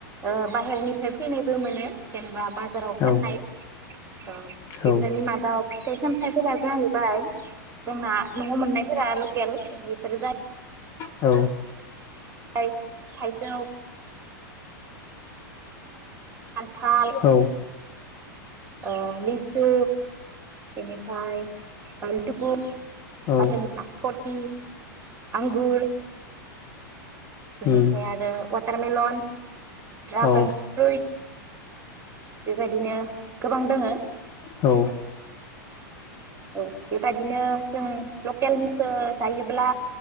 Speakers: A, on the right; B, on the left.
A: ओ बाहेरनिफ्राय फैनायबो मोनो। जेनेबा बाजाराव फाननाय
B: औ
A: औ
B: औ
A: बेफोरनि मादायाव फिथाइ सामथायाइफोरा जाहैबाय जोंना नआव मोननायफोरा लकेल बि। फोर जा-
B: औ
A: <unintelligible> थाइजोव खान्थाल
B: औ
A: ओ लिसु बेनिफ्राय आथुकु
B: औ
A: बाहेरानि नासपथि आंगुर बेनिफ्राय
B: उम
A: आरो वाटारमेलन ड्रागन
B: औ
A: फ्रुइट बेबायदिनो। गोबां दोङो
B: औ
A: औ बेबायाददिनो जों लकेलनिखौ जायोब्ला